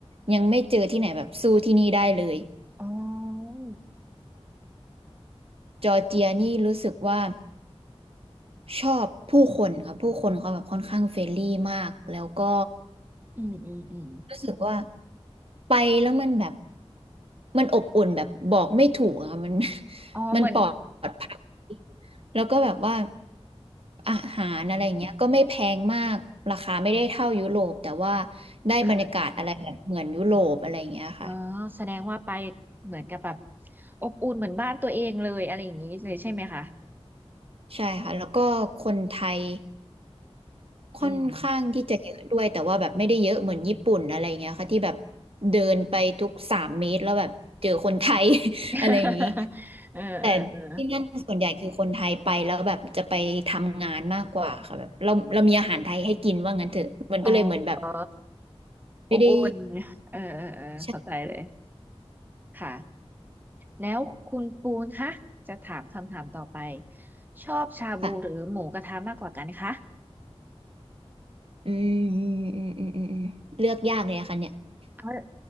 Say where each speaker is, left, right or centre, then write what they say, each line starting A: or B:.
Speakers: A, on the right; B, on the right.
A: ยังไม่เจอที่ไหนแบบสู้ที่นี่ได้เลย
B: อ๋อ
A: จอร์เจียนี่รู้สึกว่าชอบผู้คนครับผู้คนเขาแบบค่อนข้างเฟรนลี่มากแล้วก็
B: อืมอืมอืมอืม
A: รู้สึกว่าไปแล้วมันแบบมันอบอุ่นแบบบอกไม่ถูกอะมัน <laughs>
B: อ๋อเหมือน
A: มันปลอดภัยแล้วก็แบบว่าอาหารอะไรอย่างเงี้ยก็ไม่แพงมากราคาไม่ได้เท่ายุโรปแต่ว่าได้บรรยากาศอะไรแบบเหมือนยุโรปอะไรอย่างเงี้ยค่ะ
B: ค่ะ อ๋อแสดงว่าไปเหมือนกับแบบอบอุ่นเหมือนบ้านตัวเองเลยอะไรอย่างนี้เลยใช่ไหมคะ
A: ใช่ค่ะแล้วก็คนไทย ค่อนข้างที่จะเยอะด้วยแต่ว่าแบบไม่ได้เยอะเหมือนญี่ปุ่นอะไรเงี้ยค่ะที่แบบ
B: อืม
A: เดินไปทุกสามเมตรแล้วแบบเจอคนไทย <laughs>
B: <laughs>
A: อะไรอย่างนี้
B: เออเออเออ
A: แต่ที่นั่นส่วนใหญ่คือคนไทยไปแล้วแบบจะไปทำงานมากกว่าค่ะแบบเราเรามีอาหารไทยให้กินว่างั้นเถอะมันก็เลยเหมือนแบบ
B: อ๋อเออ
A: ไม่ได้
B: อบอุ่นเออเออเออเข้าใจเลย
A: ใช่
B: ค่ะแล้วคุณปูนคะจะถามคำถามต่อไปชอบชาบูหรือหมูกระทะมากกว่ากันคะ
A: ค่ะอืมอืมอืมอืมอืมอืมเลือกยากเลยอะค่ะเนี่ย
B: เอา